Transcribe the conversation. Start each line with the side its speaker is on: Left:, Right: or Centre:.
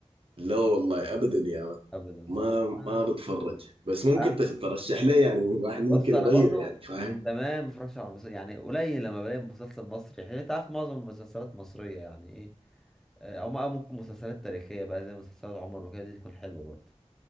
Right: لا والله أبدا يا مان
Centre: ابدا صح
Right: ما
Centre: انا
Right: ما بتفرج بس ممكن
Centre: أه.
Right: تش- ترشح لي يعني واحد ممكن
Centre: بص انا
Right: يغير
Centre: برضو
Right: يعني فاهم
Centre: من زمان ما اتفرجتش على مسلسل يعني قليل لما بلاقي مسلسل مصري حلو انت عارف معظم المسلسلات مصرية يعني ايه آه، او ما- أو ممكن مسلسلات تاريخية بقى زي مسلسلات عمر وكده دي تكون حلوة برضو